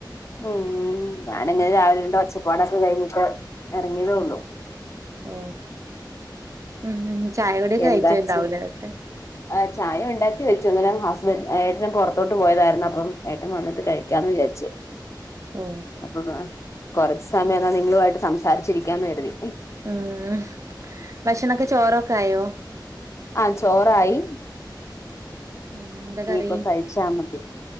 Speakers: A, on the left; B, on the right.
A: ഉം ഞാനങ്ങനെ
B: ഉം
A: രാവിലെ രണ്ട് ഒച്ചപ്പാടൊക്കെ കഴിഞ്ഞിട്ട് ഇറങ്ങിയതേ
B: ഉം
A: ഉള്ളൂ
B: ഓ ഉം ചായ കുടിയൊക്കെ
A: എന്താച്ച്
B: കഴിച്ചിണ്ടാവൂലേ എന്നിട്ട്
A: ആ ചായ ഉണ്ടാക്കി വെച്ചു അന്നേരം ഹസ് ഏട്ടൻ പൊറത്തോട്ട് പോയതാരുന്നു അപ്പം ഏട്ടൻ വന്നിട്ട് കഴിക്കാന്ന് വിചാരിച്ചു
B: ഓ
A: അപ്പ കുറച്ച സമയം
B: ഉം
A: ഒന്ന് നിങ്ങളുമായിട്ട് സംസാരിച്ചിരിക്കാന്ന് കരുതി
B: ഉം ഭക്ഷണ ഒക്കെ ചോറൊക്കെ ആയോ
A: ആഹ് ചോറായി
B: ഉം എന്താ
A: ഇനിപ്പ
B: കറി
A: കഴിച്ചാ മതി